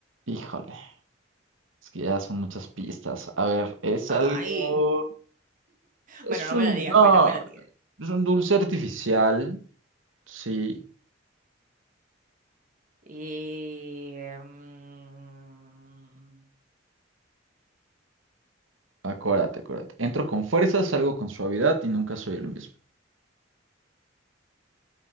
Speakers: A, on the right; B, on the right.
A: Híjole, es que ya son muchas pistas. A ver, es
B: Ay,
A: algo, es
B: bueno, no
A: un,
B: me la digas,
A: no,
B: pues no me la digas.
A: es un dulce artificial, sí,
B: Y, mm,
A: acuérdate, acuérdate. Entro con fuerza, salgo con suavidad y nunca soy el mismo.